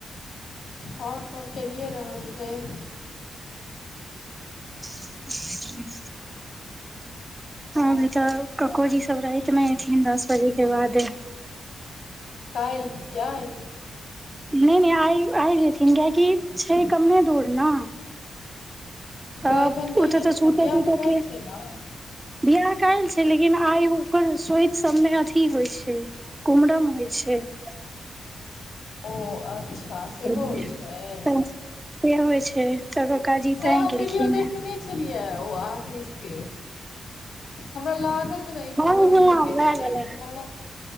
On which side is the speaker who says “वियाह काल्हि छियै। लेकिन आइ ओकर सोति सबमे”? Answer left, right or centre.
Right